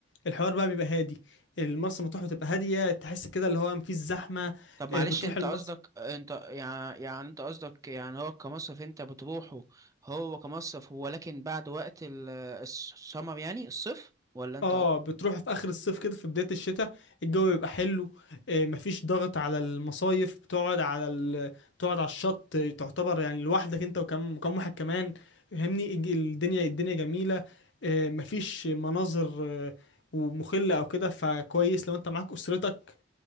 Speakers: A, on the left; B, on the right.
A: الحوار بقى بيبقى هادي المرسى مطروح بتبقى هاديه تحس كده اللي هو مفيش زحمه
B: طب معلش
A: آه، بتروح
B: انت
A: المصيف
B: قصدك انت يعني يعني انت قصدك يعني هو كمصرف انت بتروحه هو كمصرف هو لكن بعد وقت ال- السمر يعني الصيف ولا انت
A: اه
B: اه
A: بتروح في اخر الصيف كده في بداية الشتاء الجو بيبقى حلو آه، مفيش ضغط على المصايف بتقعد على ال... بتقعد على الشط آه، تعتبر يعني لوحدك انت وكم كم واحد كمان فاهمني الج- الدنيا الدنيا جميلة آه، مفيش مناظر آه، ومخلة او كده فكويس لو انت معاك اسرتك